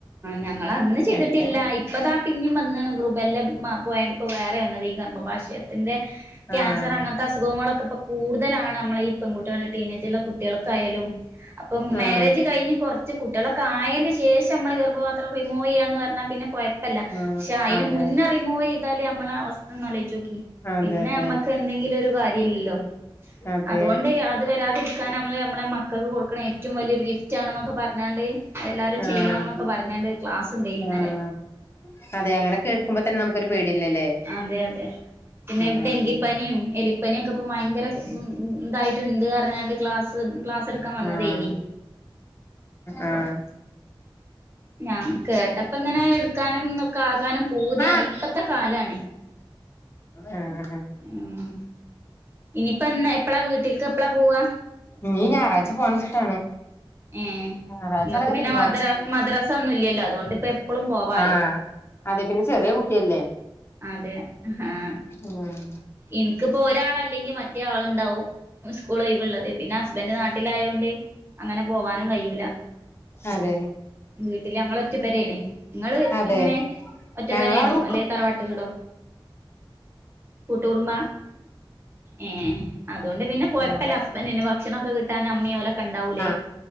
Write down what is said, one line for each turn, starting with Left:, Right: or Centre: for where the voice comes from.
Right: ഞങ്ങൾ അന്ന് ചെയ്തിട്ടില്ല
Left: എന്താ
Right: ഇ പ്പതാ പിന്നെയും വന്ന്ണ് റുബല്ല മ പോയണ്ട് ഇപ്പോ വേറെ വന്നത് ഈ കർമ്മഭാശയത്തിന്റെ ക്യാൻസർ
Left: ആഹ്
Right: അങ്ങനത്തെ അസുഖങ്ങളൊക്കെ ഇപ്പൊ കൂടുതലാണ് നമ്മളെ ഈ പെൺകുട്ടള ടീനേജിലുള്ള കുട്ടികൾക്കായാലും അപ്പം മാരേജ്
Left: ആഹ്
Right: കഴിഞ്ഞ് കൊറ കുട്ടികളൊക്കെ ആയെന് ശേഷം നമ്മളെ ഗർഭപാത്രം റിമൂവ് ചെയ്യാ എന്ന് പറഞ്ഞാൽ പിന്നെ കൊയപ്പല്യാ
Left: ആഹ്
Right: പക്ഷെ അതിന്
Left: അതെ
Right: മുന്നറ റിമൂവ് ചെയ്താലൽ നമ്മളെ അവസ്ഥ ഒന്നാലോയച്ചോക്കി
Left: അതെ
Right: പിന്നെ
Left: അതെ
Right: നമ്മക്ക് എന്തെങ്കിലും ഒരു കാര്യം ഇല്ലല്ലോ
Left: അതെ
Right: അതുകൊണ്ട് അത് വരാതിരിക്കാൻ നമ്മള് നമ്മുടെ മക്ക കൊടുക്കണം ഏറ്റവും വലിയൊരു ഗിഫ്റ്റ് ആണെന്നൊക്കെ പറഞ്ഞാണ്ട് അതെല്ലാവരും
Left: ആഹ്
Right: ചെയ്യണം എന്നൊക്കെ പറഞ്ഞാണ്ട് ക്ലാസ് ഇണ്ടായനീ ഇന്നലെ
Left: ആഹ് അതെ അങ്ങനെ കേൾക്കുമ്പോ തന്നെ നമുക്കൊരു പേടില്ലല്ലേ
Right: അതെ അതെ പിന്നെ
Left: ആഹ്
Right: ഡെങ്കി പനി ഏലി പനി ഭയകര ഇതായിട്ട് ഇണ്ട് പറഞ്ഞാണ്ട് ക്ലാസ്സ്‌ ക്ലാസ്സ്‌ എടുക്കാൻ വന്നതയ്നീ
Left: ആഹ്
Right: അപ്പൊ
Left: ആഹ്
Right: ഞാ കേട്ടപ്പ ഇങ്ങനെ എടുക്കാനും ക്കെ ആകാനും പൂതിയാണ്
Left: ആഹ്
Right: ഇപ്പത്തെ കാലാണ്
Left: ആഹ്
Right: ഉം ഇനിയിപ്പ എന്നാ എപ്പളാ വീട്ടിലേക്ക് എപ്പഴാ പോവാ
Left: ഇനി ഞായറാഴ്ച്ച പോണം വെച്ചിട്ടാണ്
Right: ഏ
Left: ഞായറാഴ്ച
Right: നിങ്ങൾക്ക്
Left: അല്ലേൽ
Right: പിന്നെ
Left: തിങ്കളാഴ്ച
Right: മദ്ര മദ്രസ ഒന്നും ഇല്ലല്ലോ അതുകൊണ്ട് ഇപ്പ എപ്പളും പോവാലോ
Left: ആഹ അതെ പിന്നെ ചെറിയ കുട്ടിയല്ലേ
Right: അതെ ആഹ
Left: ഉം
Right: എനിക്ക്പ്പോ ഒരാൾഅല്ലെങ്കിൽ മറ്റേ ആളുണ്ടാവും സ്കൂൾള്ളത് പിന്നെ ഹസ്ബൻറ് നാട്ടിലായതോണ്ട് അങ്ങനെ പോവാനും കയിഴൂല
Left: അതെ
Right: വീട്ടില് ഞങ്ങൾ ഒറ്റ പേരെണ് നിങ്ങള്
Left: അതെ
Right: എങ്ങനെ ഒറ്റപ്പെരയാണോ
Left: ഞങ്ങളവിടെ
Right: അല്ലെ തറവാട്ട് വീടോ കൂട്ടുകടുംബ ഏ അതുകൊണ്ട് പിന്നെകൊയപ്പമല്ല
Left: ആഹ്
Right: ഹസ്ബന്റിന് ഭക്ഷണൊക്കെ കിട്ടാൻ അമ്മ ഓൽ ഒക്കെ ഇണ്ടാവൂല്ലേ
Left: ആ